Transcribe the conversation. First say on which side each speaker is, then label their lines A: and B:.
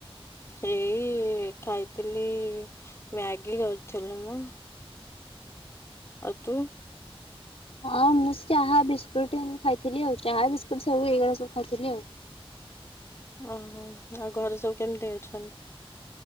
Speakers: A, on the left; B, on the left.
A: ଏଇ ଖାଇଥିଲି ମ୍ୟାଗି କରିଥିଲି ମ ଆଉ ତୁ?
B: ହଁ ମୁଁ ଚାହା ବିସ୍କୁଟ ଏନ୍ତି ଖାଇଥିଲି ଆଉ ଚାହା ବିସ୍କୁଟ ସବୁ ଏଇଗୁରା ସବୁ ଖାଇଥିଲି ଆଉ।
A: ଓହୋ ଆଉ ଘରେ ସବୁ କେମତି ଅଛନ୍ତି?